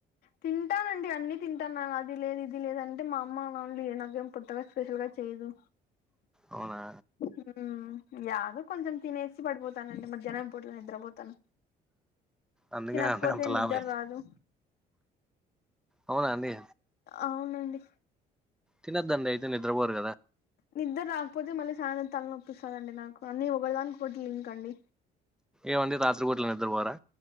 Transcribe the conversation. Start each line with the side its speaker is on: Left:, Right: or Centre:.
Left: తింటానండి అన్ని తింటాను అది లేదు ఇది లేదు అంటే మా అమ్మ వాళ్ళు ఏ నాకేం కొత్తగా స్పెషల్ గా చేయదు
Centre: అవునా
Left: హు యాదో కొంచెం తినేసి పడిపోతానండి మధ్యాహ్నం పూట నిద్రపోతాను
Centre: అందుకే
Left: తినకపోతే
Centre: అంత
Left: నిద్ర
Centre: లావు అయితుంది
Left: రాదు
Centre: అవునా అండి
Left: అవునండి
Centre: తిన్నొద్దు అండి నిద్రపోరా
Left: నిద్దర రాకపోతే మళ్ళీ సాయంత్రం తలనొప్పి వస్తాదండి నాకు అన్నీ ఒకడానికి ఒకటి లింక్ అండి
Centre: ఏమండీ రాత్రిపూట్ల నిద్రపోరా